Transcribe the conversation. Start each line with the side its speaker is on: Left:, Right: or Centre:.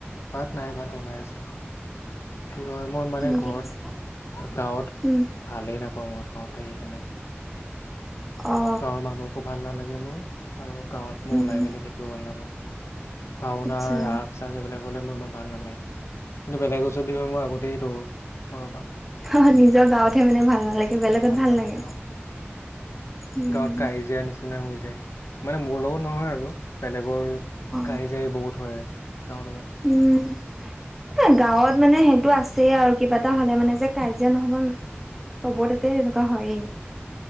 Left: ভাত নাই ভাত বনাই আছে। কি কয় মই মানে
Centre: উম কি
Left: ঘৰত
Centre: কৈছিলা
Left: গাঁৱত
Centre: উম
Left: ভালেই নাপা অ মই গাঁৱত থাকি কিনে
Centre: অ
Left: গাঁৱৰ মানুহকো ভাল নালাগে মোৰ আৰু গাঁৱত মই
Centre: উম
Left: ওলাই মেলি থাকিব ভাল নাপাওঁ। ভাওনা
Centre: আচ্ছা
Left: ৰাস চাস এইবিলাক হ'লে মোৰ ইমান ভাল নালাগে। কিন্তু বেলেগ ও যদি হয় মই আগতেই দৌৰো ঘৰৰ পৰা।
Centre: অহ নিজৰ গাঁৱতহে মানে ভাল নালাগে বেলেগত ভাল
Left: নালাগে
Centre: লাগে।
Left: অ
Centre: উম।
Left: গাঁৱত কাইজিয়া নিচিনা হৈ যায় মানে, মোৰ লগত নহয় আৰু বেলেগৰ
Centre: অ
Left: কাইজাই বহুত হয় গাঁৱৰ লগত।
Centre: উম এ গাঁৱত মানে সেইটো আছেই আৰু কিবা এটা হ'লে মানে যে কাজিয়া নহ'ব। চব তাতে তেনেকুৱা হয়েই।